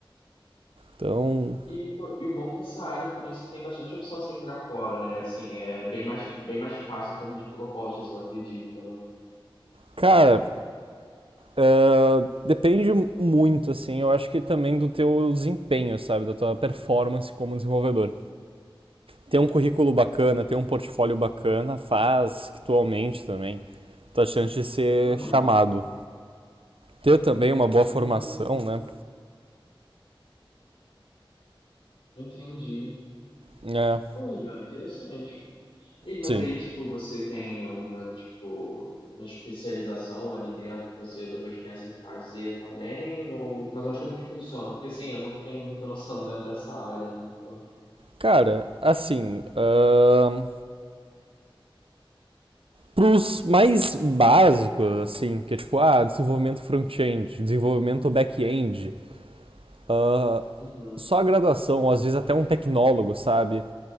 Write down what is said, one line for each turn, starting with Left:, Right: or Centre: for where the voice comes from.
Right: Então,
Left: E, pô, e o bom é que essa área também você tem bastante opção assim para fora, né? Assim, é bem mais, bem mais fácil em termos de propostas, eu acredito, né?
Right: cara, Uh, depende muito, assim, eu acho que também do teu desempenho, sabe? Da tua performance como desenvolvedor. Ter um currículo bacana, ter um portfólio bacana, faz que tu aumente também tua chance de ser
Left: Uhum.
Right: chamado. Ter também uma boa
Left: Hum,
Right: formação, né?
Left: entendi.
Right: É,
Left: Oi, ó, interessante. E, mas
Right: sim.
Left: aí, tipo, você tem alguma, tipo, uma especialização ali dentro que você depois pensa em fazer também? Ou... Mas onde, como que funciona? Porque, assim, eu não tenho muita noção <laughs> dentro dessa área, né? Então,
Right: Cara, assim, uh, pros mais básicos, assim, que é tipo, ah, desenvolvimento front-end, desenvolvimento back-end, uh,
Left: uhum.
Right: só a graduação, ou às vezes até um tecnólogo, sabe?